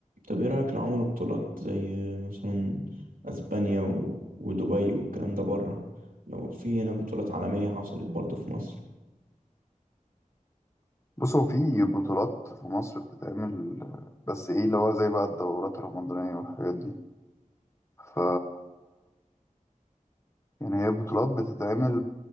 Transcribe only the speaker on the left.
بص هو في بطولات في مصر بتتعمل بس ايه اللي هو زي بقى الدورات الرمضانية والحاجات دي ف يعني هي بطولات بتتعمل